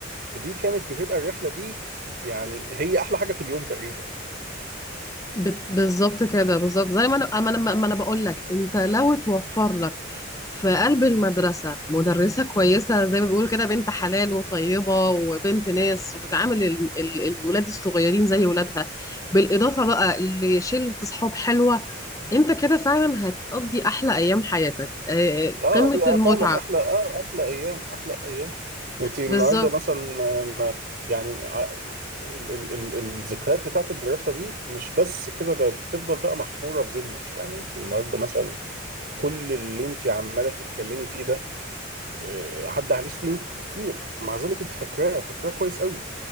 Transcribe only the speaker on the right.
فدي كانت بتبقى الرحلة دي يعني هي احلى حاجة في اليوم تقريبا
اه
هي
فعلا احلى اه احلى ايام احلى ايام انت النهارده
مثلا ما- يعني ع- ال ال ال الذكريات بتاعت الدراسه دي مش بس كده ده تفضل بقى محفوره في ذهنك يعني انت النهارده مثلا كل اللي انت عماله تتكلمي فيه ده آه، عدى عليه سنين كتير مع ذلك انت فاكراه فاكراه كويس قوي